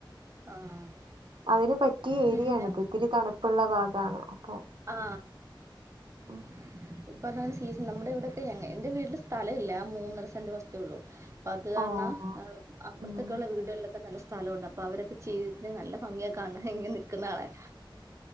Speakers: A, on the right (about 35°); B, on the right (about 75°).
A: ആഹ്
B: അതിന് പറ്റിയ ഏരിയാണിത്
A: പിന്നെ
B: ഇത്തിരി തണ്പ്പ്‌ള്ള ഭാഗാണ് അപ്പൊ.
A: ആ
B: <inaudible>
A: ഹ് ഇപ്പഎന്തായാലും സീസൺ നമ്മടെ ഇവടൊക്കെ ഞങ്ങേ എന്റെ വീട്ട്ല് സ്ഥലോവില്ല ആ മൂന്നരസെന്റ് വസ്തുവൊള്ളു. അപ്പത് കാരണഞങ്ങള്
B: ഓഹ്
A: അ- അപ്പർത്തോക്കെഉള്ള
B: ഉം
A: വീടുകളിലൊക്കെ ന്നല്ല സ്ഥലോണ്ട് അപ്പ അവരൊക്കെ ചെയ്തിരിക്കിന് നല്ല ഭംഗിയ കാണാൻ ഇങ്ങനെ നിക്കുന്നത് കാണാൻ.
B: <inaudible>